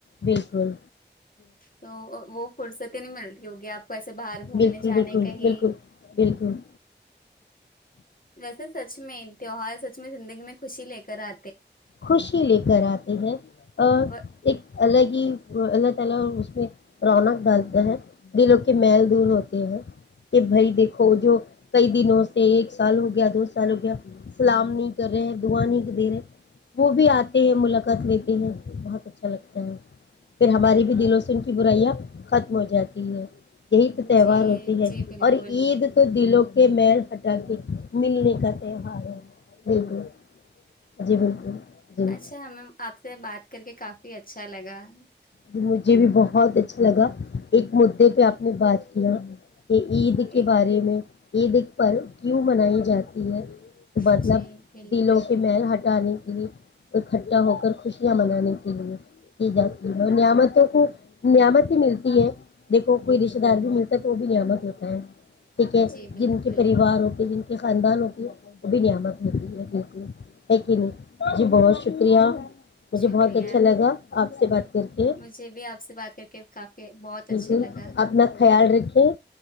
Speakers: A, on the left; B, on the left.
A: ویژول
B: تو وہ پر س نہیں ملتی ہوگی آپ وسے باہر گھومنے
A: بالکل
B: جانے
A: بالکل
B: کہیں
A: بالکل بالکل
B: ویسے سچ میں تیوہار سچ میں زندگی میں خوشی لے کر آ
A: خوشی لے کر آتے ہیں اور
B: ہ
A: ایک <unintelligible> کہ بھائی دیکھو جو کئی دنوں سے ایک سال ہو گیا دو سال ہو گیا سلام نہیں کر رہے دعا نہیں دے رہے وہ بھی آتے ہیں ملاقات لیتے ہیں بہت اچھا لگتا ہے پھر ہماری بھی دلوں سے ان کی برائیاں ختم ہو جاتی ہے یہی تو تہوار
B: جی
A: ہوتے ہے
B: جی بالکل
A: اور عید تو دلوں کے مل ہٹا کے ملنے کا تہوار ہے بالکل جی بالکل جی
B: اچھام آپ سے بات کر کے کافی اچھا لگا ہاں
A: مجھے بھی بہت اچھا لگا ایک مددے پہ آپ نے بات کیا کہ عید
B: جی
A: کے بارے میں عید پر کیوں منائی جاتی ہے مطلب
B: جی بالکل
A: دلوں کے محل ہٹانے اکٹھا ہو کر خوشیاں منانے کے لیے کی جاتی اور نعمتوں کو نعمت ہی ملتی ہے دیکھو کوئی رشتتے دار بھی ملتا ہے تو وہ بھی نعمت ہوتا ہے ٹھیک ہے
B: جی بالکل
A: جن کے پریوار ہوتے جن کے خاندان ہوتے وہ بھی نعمت ہوتی ہے بالکل ہے کہ نہیں جی بہت شکریہ مجھے
B: شکریہ
A: بہت اچھا لگا آپ سے بات کر کے
B: مجھے بھی آپ سے بات کر کے کافی بہت اچھا
A: بالکل
B: لگا
A: اپنا خیال رکھیں